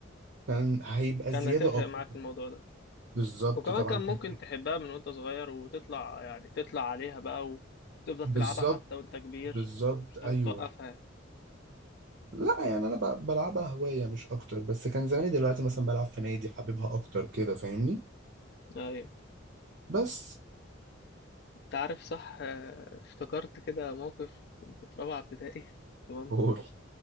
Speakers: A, on the right; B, on the left.
A: كان هيبقى
B: كان
A: زيادة
B: هتفرق
A: اكتر
B: معاك الموضوع ده
A: بالظبط
B: وكمان
A: طبعا
B: كان
A: كان
B: ممكن تحبها من وانت صغير وتطلع يعني تطلع عليها بقى وتفضل
A: بالظبط
B: تلعبها حتى وانت كبير
A: بالظبط
B: مش
A: ايوه
B: لازم توقفها يعني
A: لا يعني انا ب- بلعبها هواية مش اكتر بس كان زماني دلوقتي مثلا بلعب في نادي حاببها اكتر كده فاهمني
B: أيوة
A: بس
B: أنت عارف صح آه، افتكرت كده موقف كنت في رابعة ابتدائي تمام
A: قول